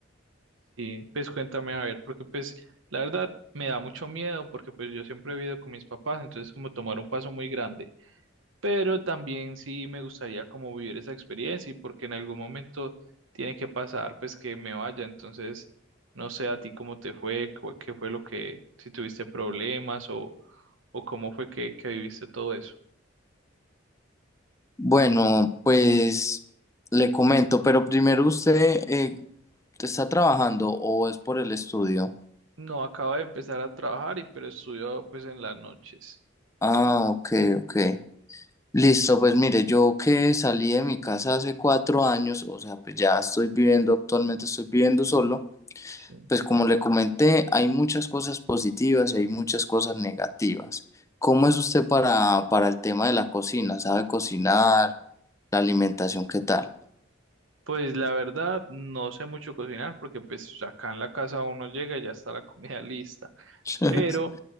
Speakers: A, on the right; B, on the left.
A: Sí, pues cuéntame a ver, porque pues la verdad me da mucho miedo porque pues yo siempre he vivido con mis papás, entonces como tomar un paso muy grande, pero también sí me gustaría como vivir esa experiencia y porque en algún momento tiene que pasar pues que me vaya, entonces no sé a ti cómo te fue, cu- qué fue lo que, si tuviste problemas o, o cómo fue que, que viviste todo eso.
B: Bueno, pues le comento, pero primero usted eh, está trabajando o es por el estudio.
A: No, acabo de empezar a trabajar y pero estudio pues en las noches.
B: Ah, ok, ok. Listo, pues mire, yo que salí de mi casa hace cuatro años, o sea, pues ya estoy viviendo, actualmente estoy viviendo solo,
A: Sí.
B: pues como le comenté, hay muchas cosas positivas y hay muchas cosas negativas. ¿Cómo es usted para, para el tema de la cocina? ¿Sabe cocinar? ¿La alimentación qué tal?
A: Pues la verdad, no sé mucho cocinar porque pues acá en la casa uno llega y ya está la comida <laughs> lista.
B: <laughs>
A: Pero